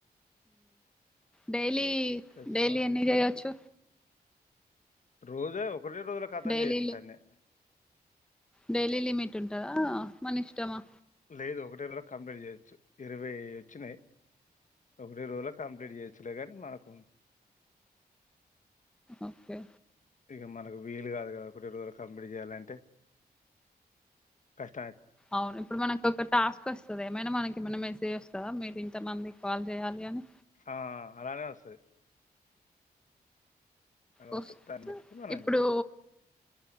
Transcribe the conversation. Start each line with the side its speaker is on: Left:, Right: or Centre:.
Centre: డైలీ
Left: తెలుసుకోవాలి
Centre: డైలీ ఎన్ని చేయచ్చు.
Left: రోజు కొది రోజులు ఖతం
Centre: డైలీ
Left: చేయచ్చాన్ని
Centre: డైలీ లిమిట్ ఉంటారా మన ఇష్టమా
Left: లేదు ఒకటే రోజుల కంప్లీట్ చేయొచ్చు ఇరవై వచ్చినాయి ఒకటే రోజుల కంప్లీట్ చేయచ్చులే కానీ మనకు
Centre: ఓకే
Left: ఇగా మనకు వీలు కాదు కద ఒక్కటే రోజుల కంప్లీట్ చేయాలంటే కష్ట
Centre: అవును ఇప్పుడు మనకు ఒక టాస్క్ వస్తది ఏమైనా మనకి ఏమన్నా మెసేజ్ వస్తా మీరు ఇంతమందికి కాల్ చేయాలి అని
Left: ఆ అలానే వస్తది. అలావా
Centre: వస్తు
Left: దన్ పట్టు మనంస్
Centre: ఇప్పుడు